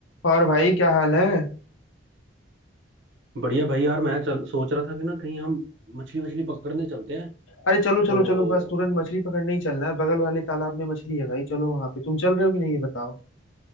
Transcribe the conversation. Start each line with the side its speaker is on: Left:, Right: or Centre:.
Left: और भाई क्या हाल है
Right: बढ़िया भाई यार मैं चल सोच रहा था कि ना कहीं हम मछली वछली पकड़ने चलते हैं
Left: अरे चलो चलो
Right: तो
Left: चलो बस तुरंत मछली पकड़ने ही चलना है बगल वाले तालाब में मछली है भाई चलो वहां पे तुम चल रहे हो कि नहीं ये बताओ